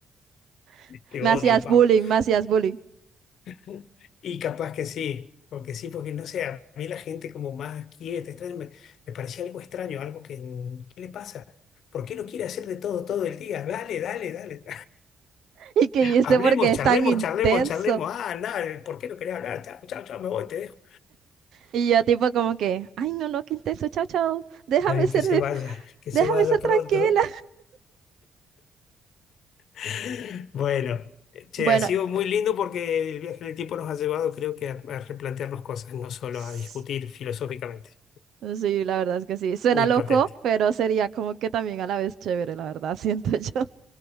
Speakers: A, on the right; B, on the left.
A: <laughs>
B: Te
A: Me
B: odio,
A: hacías
B: Pablo.
A: bullying, me hacías bullying.
B: <laughs> Y capaz que sí, porque sí, porque no sé, a mí la gente como más quieta, extraña, me, me parecía algo extraño, algo que, ¿qué le pasa? ¿Por qué no quiere hacer de todo todo el día? Dale, dale, dale.
A: <laughs> Y que yo este
B: Hablemos,
A: porque
B: charlemos,
A: es tan intenso.
B: charlemos, charlemos. Ah, nada, ¿por qué no quería hablar? Chao, chao, chao, me voy, te dejo.
A: Y yo tipo como que, ay, no, no, qué intenso, chao, chao. Déjame
B: Ay,
A: ser,
B: que se vaya, que se
A: déjame
B: vaya
A: ser
B: pronto.
A: tranquila.
B: <laughs> Bueno, che,
A: Bueno,
B: ha sido muy lindo porque el viaje en el tiempo nos ha llevado, creo que, a, a replantearnos cosas, no solo
A: s-
B: a discutir filosóficamente
A: sí, la verdad es que sí. Suena
B: o hipotético.
A: loco, pero sería como que también a la vez chévere, la verdad, <laughs> siento yo.